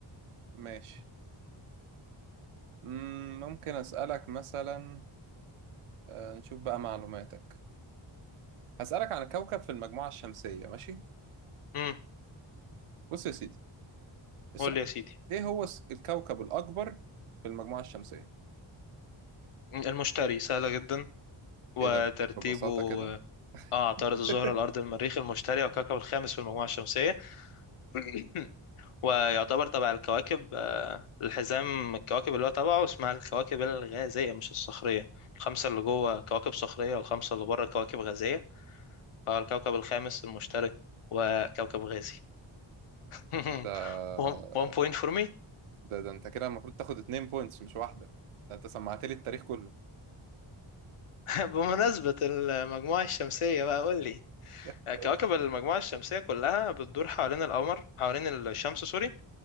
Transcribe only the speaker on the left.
امم
قول لي يا سيدي
المشتري سهلة جدا وترتيبه
اه عطارد
الزهرة الأرض المريخ المشتري والكوكب الخامس في المجموعة الشمسية <clears throat> ويعتبر تبع الكواكب آه، الحزام الكواكب اللي هو تبعه اسمها الكواكب الغازية مش الصخرية الخمسة اللي جوه كواكب صخرية والخمسة اللي بره كواكب غازية فالكوكب الخامس المشتري وكوكب غازي <laughs>
one one point for me
<laughs> بمناسبة المجموعة الشمسية بقى قول لي
آه،
كواكب المجموعة الشمسية كلها بتدور حوالين القمر حوالين الشمس سوري